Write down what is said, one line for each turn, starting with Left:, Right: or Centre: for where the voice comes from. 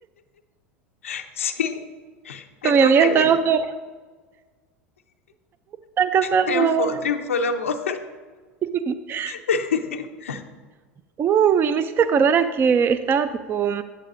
Left: <laughs> Sí, estuvo
Right: con mi amiga,
Left: genial.
Right: estábamos como, están casados.
Left: Triunfó, triunfó el amor.
Right: <laughs>
Left: <laughs>
Right: Uy, me hiciste acordar a que estaba tipo